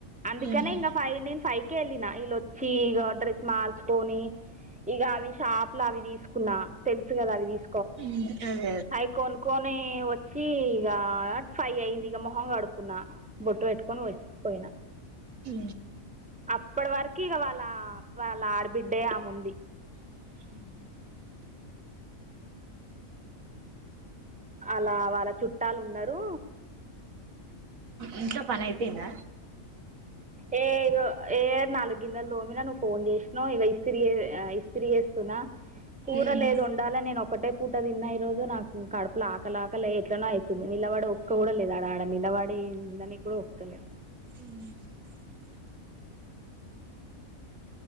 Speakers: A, in the centre; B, on the right (about 75°).
A: అందుకనే
B: ఉహు
A: ఇంకా ఫైవ్ నేను ఫైవ్ వెళ్ళిన ఇల్లొచ్చి డ్రెస్ మార్చుకొని ఇగ అవి షాప్ లో అవి తీసుకున్నా తెలుసు కదా అవి తీసు
B: ఉ ఆదే
A: అయీ కోన్ కోని వ వచ్చి ఇక ఫైవ్ అయింది ఇక మొహంగా కడుకున్నా బొట్ పెట్టుకొని వచ్చి పోయినా
B: ఆ
A: అప్పటి వరకు ఇక వాళ్ళ వాళ్ళ ఆడబిడ్డే అమీ ముంది
B: అ <unintelligible>
A: అలా వాళ్ళ చుట్టాలు ఉన్నారు
B: ఇంట్లో పని అయ్యిపోయింద
A: ఏ ఏ నాలు గిన్న లోమ ను ఫోన్ చేసినావు ఇక ఇస్త ఇస్త్రీ చేేస్తున్నా కూర
B: ఉమ్
A: లేదు ఉండాల నేను ఒకటే పూట తిన్న ఈ రోజు నాకు కడుపులు ఆకలా ఆకలే ఎట్లనో అయీతది నిలవాడి ఒక్క కూడా లేదు ఆడ ఆడ నిలవాడి మన కూడా వతలే
B: హ